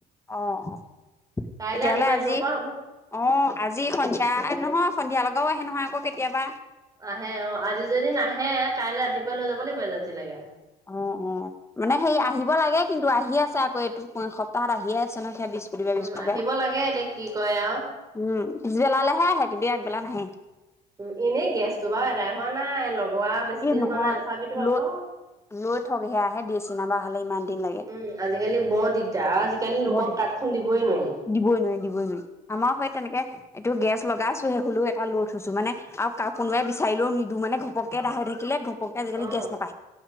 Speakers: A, on the left (about 15°); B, on the right (about 20°).
A: অ', অ',
B: কাইলৈ
A: তেতিয়াহ'লে
B: ৰাতিপুৱা
A: আজি
B: নিব পৰা হ'ব
A: অ', আজি সন্ধিয়া নহয় সন্ধিয়া লগাও আহে নহয় আকৌ কেতিয়াবা।
B: আহে অ', আজি যদি নাহে কাইলৈ ৰাতিপুৱাই লৈ যাব লাগিব এজেঞ্চী লৈকে
A: অ', অ', মানে সেই আহিব লাগে কিন্তু আহি আছে আকৌ এইটো সপ্তাহত আহিয়ে আছে সে <unintelligible> সুধিবা
B: উম
A: পিছ পব
B: আহিব লাগে এতিয়া কি কয় আৰু
A: উম পিছবেলালৈহে আহে কিবি একবেলা নাহে।
B: উম এনেই গেছটো বাৰু এদাই হোৱা নাই লগোৱা বেছি
A: ই
B: দিন
A: নহয়
B: হোৱা নাই তথাপিতো
A: লৈ
B: আকৌ
A: লৈ থকহে আহে দিচি নাম্বাৰ হ'লে ইমান দিন লাগে
B: উম আজিকালি বৰ দিগদাৰ আৰু আজিকালি লোকক
A: বৰ দিগদাৰ
B: কাদ খন দিবই নোৱাৰি।
A: দিবই নোৱাৰি দিবই, নোৱাৰি আমাৰ সৈ তেনেকে এইটো গেছ লগাইছো সে হুললেও এটা লৈ থৈছো মানে আৰু কাক কোনোবাই বিচাৰিলেও নিদো মানে ঘপক এডাই হৈ থাকিলে ঘপকে আজিকালি
B: অ',
A: গেছ নাপায়।